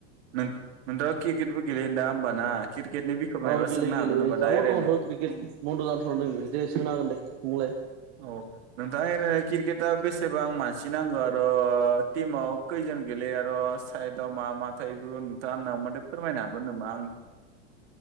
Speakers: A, on the right (about 65°); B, on the right (about 40°).
A: नों नोंथाङा क्रिकेटबो गेल दा होमबा ना क्रिकेटनि बिखय मायबा
B: औ गेलेयो
A: सोंनो
B: गेलेयो,
A: हागोन नामा
B: दा बरथ'मानथ'
A: ओरैनो
B: क्रिकेट बन्द' जान'ना दं, दे सोंनो हागोन दे <unintelligible>
A: औ नोंथाङा ओरैनो क्रिकेटआ बेसेबां मानसि नांगौ आरो' टिमाव खैजोन गेलेयो आरो' साइदआव मा मा थायो बेफोरखौ नोंथाङानाव मानो फोरमायनो हागोन नामा आंनो